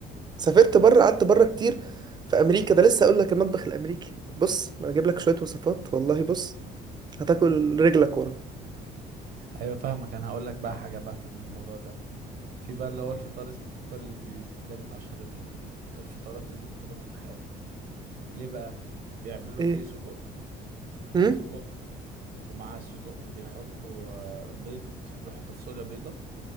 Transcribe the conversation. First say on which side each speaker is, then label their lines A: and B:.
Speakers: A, on the right (about 25°); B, on the right (about 65°).
A: سافرت بره قعدت بره كتير في امريكا ده لسه اقول لك المطبخ الامريكي بص انا اجيب لك شويه وصفات والله بص هتاكل رجلك ورا
B: ايوه فاهمك انا هقول لك بقى حاجه بقى في الموضوع ده في بقى اللي هو الفطار اسمه الفطار الانجليزي ده من اشهر ال- ال- الفطارات اللي ممكن تاكلهم في حياتك ليه بقى بيعملوا
A: ايه
B: فيه سجق
A: امم
B: سجق ومعاه السجق بيحطوا آه، بيض بيحطوا فاصوليا بيضه